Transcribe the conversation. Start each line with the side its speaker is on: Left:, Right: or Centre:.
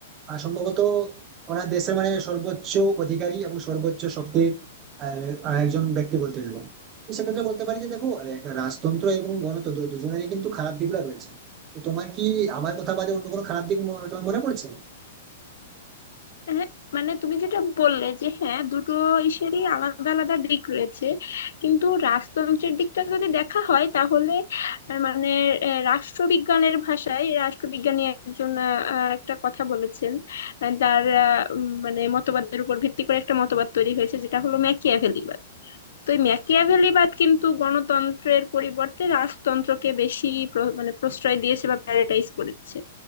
Right: আহ, সম্ভবত ওনার দেশের মানে সর্বোচ্চ অধিকারী এবং সর্বোচ্চ শক্তির আহ, আহ, একজন ব্যক্তি বলতে গেলে তো সেক্ষেত্রে বলতে পারি যে দেখো এক রাজতন্ত্র এবং গণতন্ত্র দুজনেরই কিন্তু খারাপ দিকগুলো রয়েছে তো তোমার কি আমার কথা বাদে অন্য কোনো খারাপ দিক মনে- তোমার মনে পড়ছে
Left: হ্যাঁ, মানে তুমি যেটা বললে যে হ্যাঁ দুটো ইসেরই আলাদা আলাদা দিক রয়েছে কিন্তু রাজতন্ত্রের দিকটা যদি দেখা হয় তাহলে আহ, মানে আহ, রাষ্ট্রবিজ্ঞানের ভাষায় রাষ্ট্রবিজ্ঞানী একজন আহ, আহ, একটা কথা বলেছেন আহ, তার আহ, উম, মানে মতবাদের উপর ভিত্তি করে একটা মতবাদ তৈরি হয়েছে যেটা হলো ম্যাকিয়াভেলিবাদ তো এই ম্যাকিয়াভেলিবাদ কিন্তু গণতন্ত্রের পরিবর্তে রাজতন্ত্রকে বেশি প্র- মানে প্রশ্রয় দিয়েছে বা প্যারাটাইজ করেছে